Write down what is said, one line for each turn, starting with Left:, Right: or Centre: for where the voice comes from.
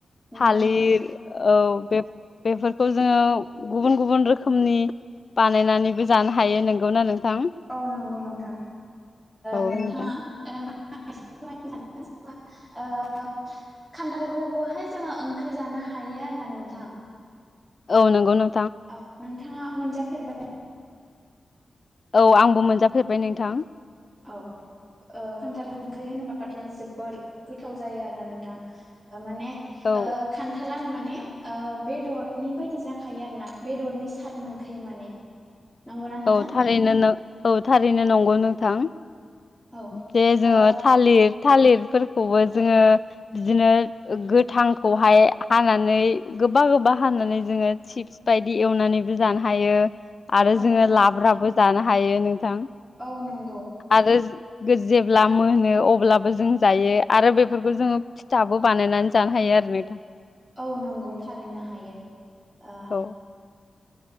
Centre: नंगौ
Left: थालिर
Centre: नोंथां
Left: औ बे बेफोरखौ जोङो गुबुन गुबुन रोखोमनि बानायनानैबो जानो हायो नोंगौना नोंथां।
Centre: औ नंगौ नोंथां
Left: औ
Centre: नोंथाङा
Left: नोंथां
Centre: ओ नोंथांआ <unintelligible> ओ खान्थालखौबोहाय जोङो ओंख्रि जानो हायो आरोना नोंथां।
Left: औ नंगौ नो
Centre: औ नोंथांआ मोनजाफेरबाय।
Left: औ आंबो मोनजाफेरबाय नोंथां।
Centre: औ ओ खान्थाल ओंख्रै होनोबा। बाथाय जोबोद गोथाव जायो आरोा नोंथां माने
Left: औ
Centre: खान्थालानो माने बेदरनि बायदि जाखायो आरो ना बेदरनि साद मोनखायो माने नंगौना नोंथां
Left: औ थारैनो औ थारैनो नंगौ नोंथां।
Centre: औ
Left: बेे जोङो
Centre: ओ
Left: थालिर थालिरफोरखौबो जोङो बिदिनो गोथांखौहाय हानानै गोबा गोबा हानानै जोङो चिप्स बायदि एवनानैबो जानो हायो आरो
Centre: औ
Left: जोङो
Centre: नोंथां
Left: लाब्राबो जानो हायो नोंथां
Centre: औ नंगौ
Left: आरो जेब्ला मोनो अब्लाबो जों जायो। आरो बेफोरखौ जोङो फिथाबो बानायनानै जानो हायो। नोंथां।
Centre: औ नंगौ थारैनो हायो। ओ
Left: औ